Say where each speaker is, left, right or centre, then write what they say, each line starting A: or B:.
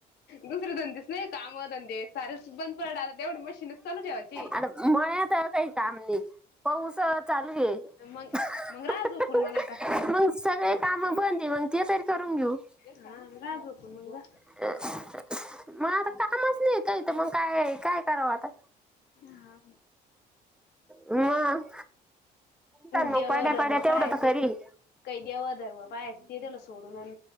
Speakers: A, on the left (about 75°); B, in the centre.
A: दुसरे धंदेच नाही, काम धंदे सारेच बंद पडले आता, तेवढी मशीनच चालू ठेवायची
B: अन मळयातही काही काम नाई, पाऊस चालू ये हुं
A: मग मग राहा झोपून
B: हुं,
A: मग आता
B: मग सगळे कामं बंद ए मग ते तरी करून घीऊ
A: हा... रहा झोपून मग जा
B: <unintelligible> मग आता कामच नाई काही तर मग काय, काय करावं आता
A: हा
B: मग चाल
A: देव...
B: मग पाड्या
A: धर्म
B: पाड्या तेवढं
A: पाहायचे,
B: तर खरी
A: काही देवं धर्म पाहायची, ते दिलं सोडून अन